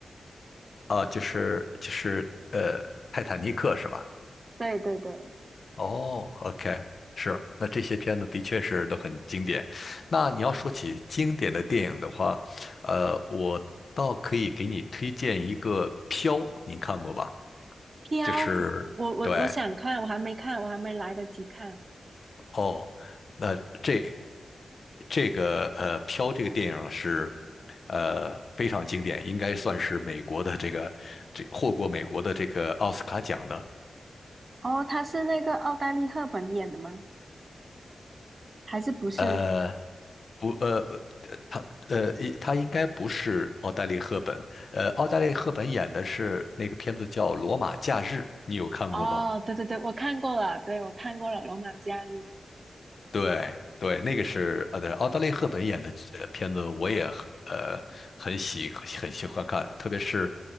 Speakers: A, on the left (about 45°); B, on the right (about 30°).
A: 啊，就是就是呃，《泰坦尼克》是吧？
B: 对对对。
A: 哦，OK，是，那这些片子的确是都很经典。那你要说起经典的电影的话，呃，我倒可以给你推荐一个《飘》，您看过吧？
B: 飘，
A: 就是对
B: 我我我想看，我还没看，我还没来得及看。
A: 哦，那这这个呃《飘》这个电影是呃非常经典，应该算是美国的这个这获过美国的这个奥斯卡奖的。
B: 哦，他是那个奥黛丽·赫本演的吗？还是不是？
A: 呃，不，呃，呃，他，呃，一他应该不是奥黛丽·赫本，呃，奥黛丽·赫本演的是那个片子叫《罗马假日》，你有看过吗？
B: 哦，对对对，我看过了，对，我看过了《罗马假日》。
A: 对，对，那个是，呃，对，奥黛丽·赫本演的呃片子，我也很呃很喜很喜欢看，特别是